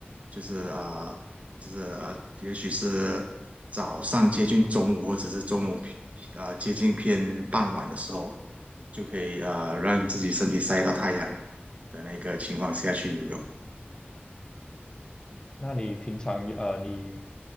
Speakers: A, on the right (about 35°); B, on the left (about 20°).
A: 就是啊、呃就是啊、呃也许是早上接近中午或者是中午啊、呃接近偏傍晚的时候。就可以呃让自己身体晒到太阳的那个情况下去游泳。
B: 那你平常呃，你